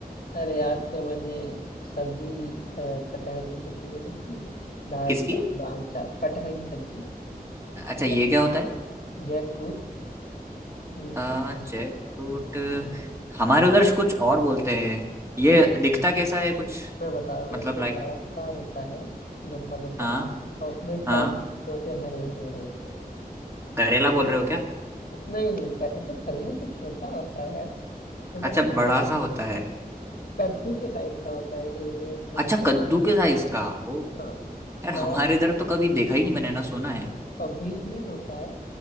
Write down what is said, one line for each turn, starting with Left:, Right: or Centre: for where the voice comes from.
Left: अरे आज तो मैंने सब्जी अ, कटहल की सब्जी बनी थी दाल
Right: किसकी
Left: चा दाल चावल कटहल की सब्जी
Right: अच्छा ये
Left: जैक
Right: क्या होता है
Left: जैक फ्रूट इंग्लिश
Right: अ,
Left: में
Right: जैकफ्रूट हमारे उधर कुछ और बोलते हैं ये
Left: ओके
Right: दिखता कैसा है कुछ
Left: मैं बता रहा हूँ
Right: मतलब
Left: ऐसे
Right: लाइक
Left: बड़ा सा होता है लंबा लंबा
Right: हाँ
Left: और उसमें
Right: हाँ
Left: कांटे भी होते हैं हरे हरे हरे हरे
Right: करेला बोल रहे हो क्या
Left: नहीं नहीं क- तो करेला तो छोटा होता है यार तो
Right: अच्छा
Left: मतलब
Right: बड़ा
Left: बड़ा
Right: सा होता है
Left: कद्दू के साइज का होता है एक जैसे समझ
Right: अच्छा
Left: लो
Right: कद्दू के साइज का ओ
Left: हाँ
Right: यार
Left: और
Right: हमारे इधर तो कभी देखा ही नहीं मैंने ना सुना है
Left: और ग्रीन ग्रीन होता है